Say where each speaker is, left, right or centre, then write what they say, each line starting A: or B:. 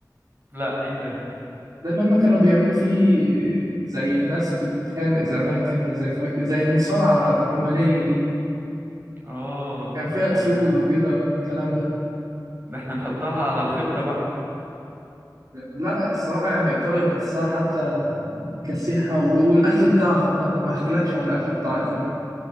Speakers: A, on the right (about 30°); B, on the right (about 55°).
A: لا ايه ده
B: ده اللي هم كانوا بيعملوا فيه زي ناس بتتخانق زمان كده زي ف... زي المصارعة الرومانية دي
A: اه
B: كان فيها
A: ده
B: اسود
A: احنا
B: وكده والكلام ده
A: ده احنا نحطها على الخطه بقى
B: لا الصراحه يعني ايطاليا بحسها حتى كسيحه و- والاكل بتاعهم بقى ما احكيلكش على الاكل بتاع ايطاليا